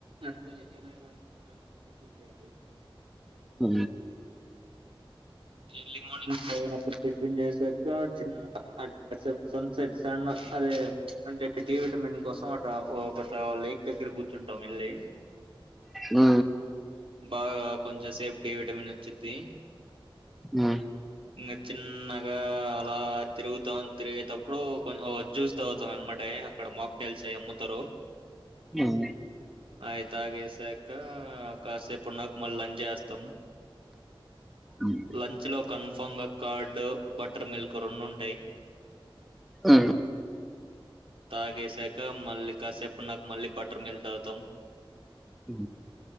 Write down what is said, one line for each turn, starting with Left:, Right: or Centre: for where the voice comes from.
Right: అంటే ఎర్లీ మార్నింగ్ టిఫిన్ చేయాలి
Centre: ఉ
Right: ఎర్లీ మార్నింగ్ సెవెన్ అప్పుడు టిఫిన్ చేశాక చిన్న అటు సన్సెట్ సన్ను అదే అంటే డి విటమిన్ కోసం అటా ఒకట లేక్ దగ్గర కూర్చుంటాం వెళ్ళి
Centre: ఉ
Right: బాగా కొంచెం సేపు డి విటమిన్ వచ్చుద్ది
Centre: ఆ
Right: ఇంకా చిన్నగా అలా తిరుగుతాం తిరిగేటప్పుడు కొంచం ఒగ జ్యూస్ తాగుతాం వెమ్మటే నే అక్కడ మాక్ తెలిసి అమ్ముతారు
Centre: ఉమ్,
Right: అవి తాగేసాక కాసేపు ఉన్నాక మల్ల లంచ్ జేస్తాం
Centre: ఉమ్,
Right: లంచ్ లో కన్ఫామ్ గా కార్డ్ బటర్ మిల్క్ రెండు ఉంటాయి
Centre: ఉ
Right: తాగేశాక మళ్ళి కాసేపు ఉన్నాక మళ్ళీ బటర్ మిల్క్ తాగుతాం
Centre: ఉ